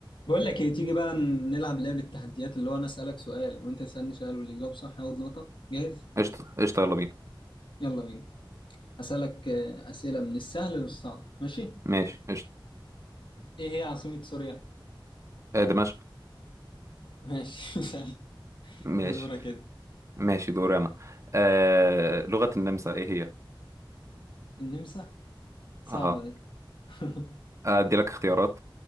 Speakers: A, on the left (about 70°); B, on the right (about 35°).
A: بقول لك ايه تيجي بقى نلعب لعبة تحديات اللي هو انا اسألك سؤال وانت تسألني سؤال واللي يجاوب صح ياخد نقطة جاهز
B: قشطة قشطة يلا بينا
A: يلا بينا اسألك آه، أسئلة من السهل للصعب ماشي
B: ماشي قشطة
A: ايه هي عاصمة سوريا
B: آه دمشق
A: ماشي <laughs> سهل
B: ماشي
A: كده دورة كده
B: ماشي دوري أنا آه لغة النمسا إيه هي؟
A: النمسا صعبة
B: أها
A: دي <laughs>
B: أدي لك اختيارات